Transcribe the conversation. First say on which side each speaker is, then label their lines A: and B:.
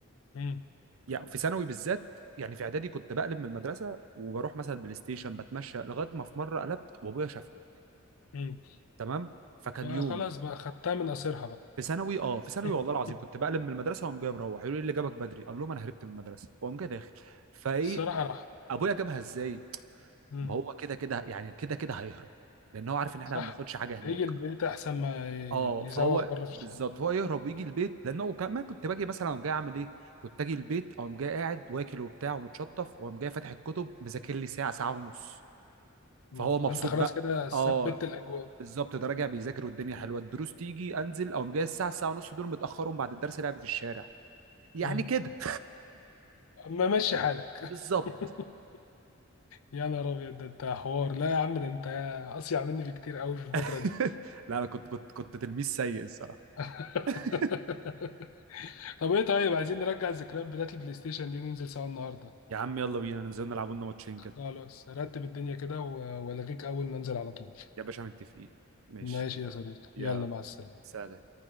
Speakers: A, on the left; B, on the right.
A: امم
B: يعني في ثانوي بالذات يعني في اعدادي كنت بقلب من المدرسه وبروح مثلا بلاي ستيشن بتمشى لغايه ما في مره قلبت وابويا شافني
A: امم
B: تمام فكان
A: بقى
B: يوم
A: خلاص بقى خدتها من قصيرها بقى
B: في ثانوي اه في ثانوي
A: <laughs>
B: والله العظيم كنت بقلب من المدرسه واقوم جاي مروح يقولوا لي إيه اللي جابك بدري اقول لهم انا هربت من المدرسه واقوم جاي داخل فايه
A: الصراحه راح
B: ابويا جابها ازاي
A: امم
B: ما هو كده كده يعني كده كده هيهرب لان هو عارف ان احنا
A: صح
B: ما بناخدش حاجه هناك
A: يجي البيت احسن ما ي-
B: اه فهو
A: يزوغ بره في
B: بالظبط
A: الشارع
B: هو يهرب ويجي البيت لان هو كمان كنت باجي مثلا اقوم جاي اعمل ايه كنت اجي البيت اقوم جاي قاعد واكل وبتاع ومتشطف واقوم جاي فاتح الكتب مذاكر لي ساعه ساعه ونص
A: مم.
B: فهو مبسوط
A: فانت خلاص
B: بقى
A: كده ثبت
B: اه
A: الاجواء
B: بالظبط ده راجع بيذاكر والدنيا حلوه الدروس تيجي انزل اقوم جاي الساعه ساعه ونص دول متاخرهم بعد الدرس لعب في الشارع يعني
A: امم
B: كده
A: اما مشي حالك
B: <laughs> بالظبط
A: <laughs> يا نهار ابيض ده انت حوار لا يا عم ده انت اصيع مني بكتير قوي في الفتره
B: <laughs>
A: دي
B: لا انا كنت كنت كنت تلميذ سيء الصراحه
A: <laughs>
B: <laughs>
A: طب ايه طيب عايزين نرجع الذكريات بتاعت البلاي ستيشن دي وننزل سوا النهارده
B: يا عم يلا بينا ننزل نلعب لنا ماتشين
A: خلاص
B: كده
A: رتب الدنيا كده و- والغيك اول ما انزل على طول
B: يا باشا متفقين ماشي
A: ماشي يا صديقي
B: يلا
A: يلا مع السلامة
B: سلام